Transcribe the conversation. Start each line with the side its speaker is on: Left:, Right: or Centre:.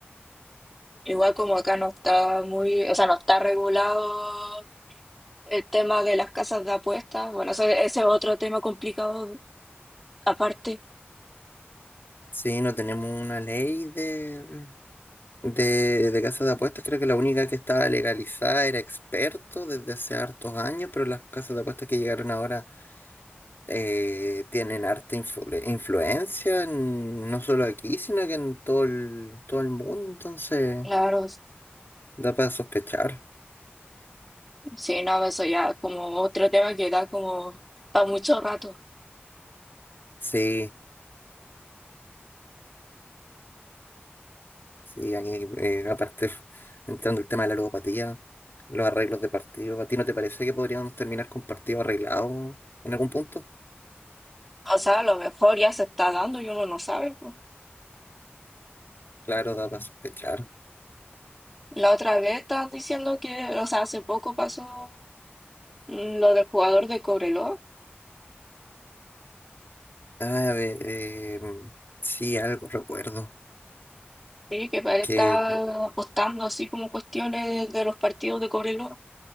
Centre: Igual como acá no está muy, o sea, no está regulado el tema de las casas de apuestas. Bueno, eso- ese es otro tema complicado aparte.
Left: Sí, no tenemos una ley de De, de casas de apuestas, creo que la única que estaba legalizada era experto desde hace hartos años, pero las casas de apuestas que llegaron ahora eh, tienen harta influ- influencia, en- no solo aquí, sino que en todo el, todo el mundo, entonces
Centre: Claro,
Left: da para sospechar.
Centre: sí, no, eso ya es como otro tema que da como para mucho rato.
Left: Sí, sí, ahí, eh, aparte, <laughs> entrando el tema de la ludopatía, los arreglos de partido, ¿a ti no te parece que podríamos terminar con partido arreglado en algún punto?
Centre: O sea, a lo mejor ya se está dando y uno no sabe. po.
Left: Claro, da para sospechar.
Centre: La otra vez estás diciendo que, o sea, hace poco pasó mm, lo del jugador de Cobreloa,
Left: Ah, a ver, eh, sí, algo recuerdo.
Centre: sí, que parece
Left: Que
Centre: estar apostando así como cuestiones de, de los partidos de Cobreloa.